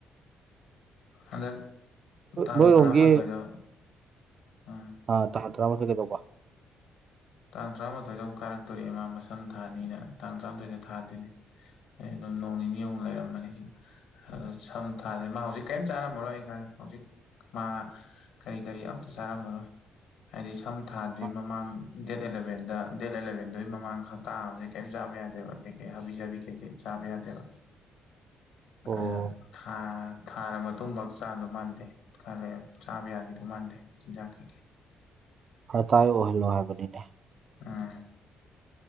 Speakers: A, on the left (about 80°); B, on the right (about 50°).
A: ꯍꯟꯗꯛ ꯇꯥꯡ
B: ꯅꯣꯏꯔꯣꯝꯒꯤ
A: ꯇꯔꯥꯃꯥꯊꯣꯏꯗ ꯎꯝ
B: ꯑ ꯇꯥꯡ ꯇꯔꯥꯃꯥꯊꯣꯢ ꯀꯩꯗꯧꯕ
A: ꯇꯥꯡ ꯇꯔꯥꯃꯥꯊꯣꯏꯗ ꯑꯃꯨꯛ ꯀꯥꯔꯛꯇꯣꯢꯅꯦ ꯃꯥ ꯃꯁꯝ ꯊꯥꯅꯤꯅ ꯇꯥꯡ ꯇꯔꯥꯃꯥꯊꯣꯏꯗ ꯊꯥꯗꯣꯏꯅꯦ ꯑꯩ ꯑꯗꯨꯝ ꯅꯣꯡ ꯅꯤꯅꯤꯃꯨꯛ ꯂꯩꯔꯝꯕꯅꯤꯁꯤꯗ ꯑꯗꯨ ꯁꯝ ꯊꯥꯔꯤ ꯃꯥ ꯍꯧꯖꯤꯛ ꯀꯔꯤꯝ ꯆꯥꯟꯔꯝꯃꯔꯣ ꯑꯩ ꯈꯪꯉꯦ ꯍꯧꯖꯤꯛ ꯃꯥ ꯀꯔꯤ ꯀꯔꯤ ꯑꯝꯇ ꯆꯥꯔꯝꯃꯔꯣꯏ ꯍꯥꯏꯗꯤ ꯁꯝ ꯊꯥꯗ꯭ꯔꯤ
B: ꯑ
A: ꯃꯃꯥꯡ ꯗꯦꯠ ꯑꯦꯂꯕꯦꯟꯗ ꯗꯦꯠ ꯑꯦꯂꯕꯦꯟꯗꯨꯒꯤ ꯃꯃꯥꯡ ꯍꯞꯇꯥ ꯑꯃꯗꯤ ꯀꯔꯤꯝ ꯆꯥꯕ ꯌꯥꯗꯦꯕ ꯀꯩꯀꯩ ꯍꯥꯕꯤꯖꯥꯕꯤ ꯀꯩꯀꯩ ꯆꯥꯕꯤ ꯌꯥꯗꯦꯕ
B: ꯑꯣ
A: ꯑ ꯊꯥꯥ ꯊꯥꯔ ꯃꯇꯨꯡꯐꯥꯎ ꯆꯥꯗꯣ ꯃꯥꯟꯗꯦ ꯈꯜꯂꯦ ꯆꯥꯕ ꯌꯥꯈꯤꯗꯣ ꯃꯥꯟꯗꯦ ꯆꯤꯟꯖꯥꯛ ꯀꯩꯀꯩ
B: ꯐꯔꯇꯥꯏ ꯑꯣꯏꯍꯜꯂꯣ ꯍꯥꯏꯕꯅꯤꯅꯦ
A: ꯑꯝ